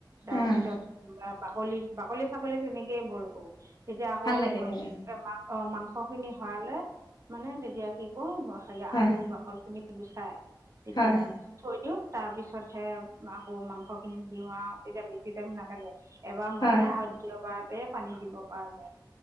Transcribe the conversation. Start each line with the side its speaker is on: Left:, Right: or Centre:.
Right: তাৰপিছ
Left: উম
Right: <unintelligible> বলিৰ বাকলে ছাগলে তেনেকে বল কৰো। তেতিয়া আকৌ,
Left: ভাল লাগে কিন্তু
Right: বেমাৰ অ মাংস খিনি হৰালে মানে তেতিয়া কি কৰো খালি
Left: হয়
Right: আলু বাকল খিনি গুচাই তেতিয়া
Left: হয়
Right: থৈ দিও তাৰ পিছতহে আকৌ মাংস খিনি দিৱা তেতিয়া বেছি টাইম নালাগে এবাৰ মজাই
Left: হয়
Right: আৰু দ্বিতীয় বাৰত পানী দিব পৰা যায়